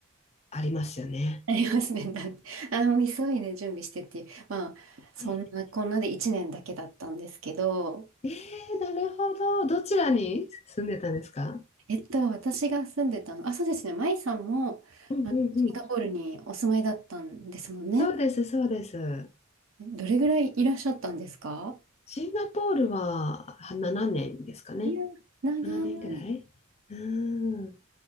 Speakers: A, on the left; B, on the right.
A: ありますよね。
B: ありますね。だって、あ、もう急いで準備してっていう。まあ、そんなこんなで1年だけだったんですけど、
A: えー、なるほど。どちらに住んでたんですか
B: えっと、私が住んでたの、あ、そうですね、舞さんも
A: うんうんうん。
B: シンガポールにお住まいだったんですもんね。
A: そうです、そうです。
B: どれぐらいいらっしゃったんですか
A: シンガポールはは年ですかね。
B: いや、長い。
A: 7年ぐらいうん。